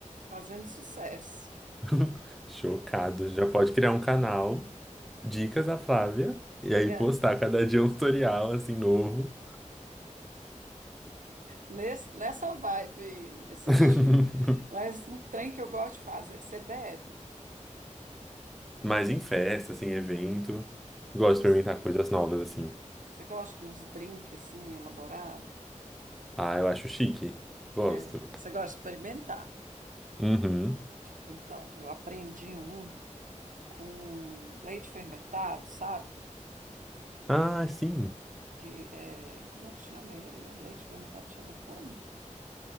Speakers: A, on the right; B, in the centre.
A: fazendo sucesso.
B: <laughs> Chocado. Já pode criar um canal, Dicas da Flávia, e aí
A: É, é,
B: postar cada dia um tutorial assim novo.
A: nesse, nessa vibe, nesse
B: <laughs>
A: estilo. Mas um trem que eu gosto de fazer. Você bebe?
B: Mas em festa, assim, evento. Gosto
A: Mas
B: de experimentar coisas novas, assim.
A: você gosta de uns drinks assim, elaborados?
B: Ah, eu acho chique. Gosto.
A: É, você gosta de experimentar?
B: Uhum.
A: Então, eu aprendi um com leite fermentado, sabe?
B: Ah, sim.
A: Que é, como é que chama ele? É Leite fermentado chama como?